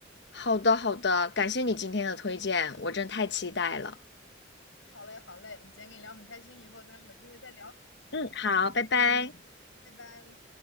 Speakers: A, on the left; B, on the left.
A: 好的，好的，感谢你今天的推荐，我真太期待了。
B: 好嘞好嘞，你今天跟你聊很开心，以后咱们有机会再聊，
A: 嗯，好，拜拜。
B: 拜拜。